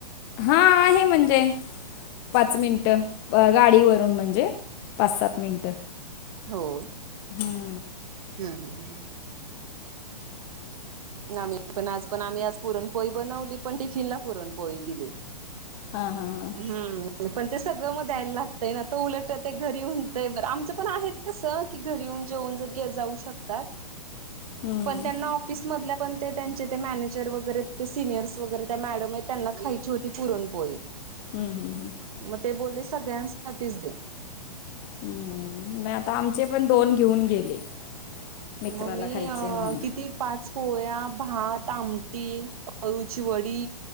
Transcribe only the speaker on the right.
हो.
हम्म हं हं. ना मी पण आज पण आम्ही आज पुरणपोळी बनवली पण टिफिनला पुरणपोळी दिली.
हम्म, पण ते सगळं म द्यायला लागतंय ना. तो उलट ते घरी येऊन तय एकदा आमचं पण आहेच. कसं की घरी येऊन जेऊ जाऊ शकतात,
पण त्यांना ऑफिस मधल्या पण ते त्यांचे ते मॅनेजर वगैरे, ते सिनियर्स वगैरे त्या मॅडम आहे, त्यांना खायची होती पुरणपोळी.
मग ते बोलले सगळ्यांसाठीच दे.
मग मी
अ
किती पाच पोळ्या, भात, आमटी, अळूची वडी